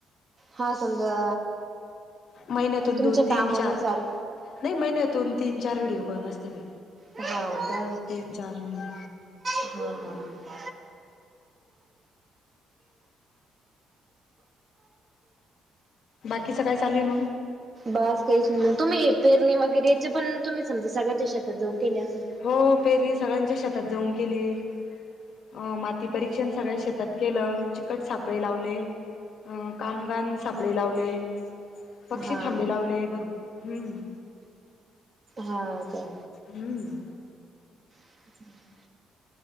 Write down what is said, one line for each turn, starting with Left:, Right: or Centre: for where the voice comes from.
Right: हा समजा.
Left: महिन्यातून
Right: तुमच्या
Left: दोन, तीन,
Right: कामानुसार
Left: चार नाही. महिन्यातून दोन, तीन, चार व्हिडिओ कॉल असत ते.
Right: हा का.
Left: चार न.
Right: हा हा ह.
Left: बाकीच काय चालू आहे मग?
Right: बास काहीच नाही मग, तुम्ही हे पेरणी वगैरे याचे पण तुम्ही समजा सगळ्याच्या शेतात जाऊन केले असं.
Left: हो पेरणी सगळ्यांच्या शेतात जाऊन केली. अ मातीपरीक्षण सगळ्या शेतात केलं. चिकट सापळे लावले. अं कामगान सापडे लावले. पक्षी
Right: हा
Left: थांबे लावले भर. हम्म.
Right: हा का.
Left: हम्म.
Right: हम्म.